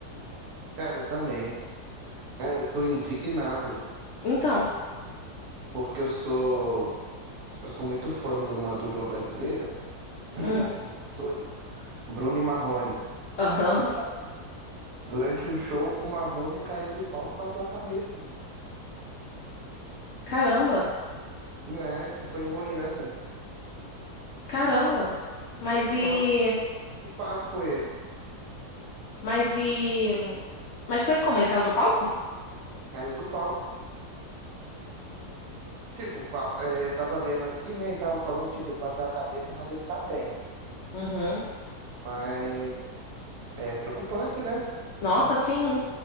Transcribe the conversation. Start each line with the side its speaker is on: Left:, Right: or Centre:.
Right: Cara, também. Cara, eu tô indignado
Left: Então,
Right: porque eu sou eu sou muito fã de uma dupla brasileira <clears throat> de
Left: hum,
Right: cantores, Bruno e Marrone.
Left: <laughs> aham.
Right: E durante um show, o Marrone caiu do palco e bateu a cabeça.
Left: Caramba,
Right: Né? Isso foi em Goiânia.
Left: caramba. Mas
Right: Nossa,
Left: e,
Right: preocupado com ele.
Left: mas e, mas foi como? Ele caiu do palco?
Right: Caiu do palco. Tipo, fa- é, eu tava lendo aqui, né? E tava falando, tipo, ele bateu a cabeça, mas ele tá bem.
Left: Uhum.
Right: Mas é preocupante, né?
Left: Nossa, sim.